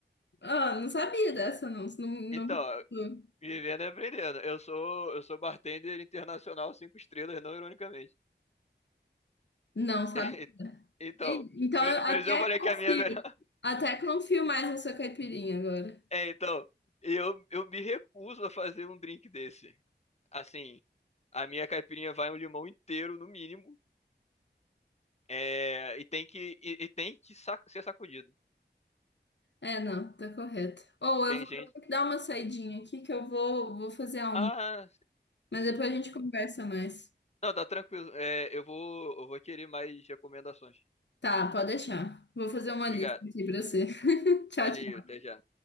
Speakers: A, on the left; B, on the left.
A: Ah, não sabia dessa, não. Não,
B: Então,
A: não,
B: vivendo e aprendendo. Eu sou, eu sou bartender internacional cinco estrelas, não ironicamente.
A: não sabia.
B: <laughs> Então,
A: Então
B: por,
A: eu até
B: por isso eu falei
A: confio.
B: que a minha é melhor.
A: Até confio mais na sua caipirinha agora.
B: É, então, eu, eu me recuso a fazer um drink desse. Assim, a minha caipirinha vai um limão inteiro, no mínimo. É, e tem que, e, e tem que sac- ser sacudido.
A: É, não, tá correto. Ou eu
B: Tem
A: vou
B: gente.
A: ter que dar uma saidinha aqui que eu vou, vou fazer a
B: Ah,
A: Mas depois a gente conversa mais.
B: Não, tá tranquilo. É, eu vou, eu vou querer mais recomendações.
A: Tá, pode deixar. Vou fazer uma lista
B: Obrigado.
A: aqui pra você. <laughs> Tchau,
B: Valeu,
A: tchau.
B: até já.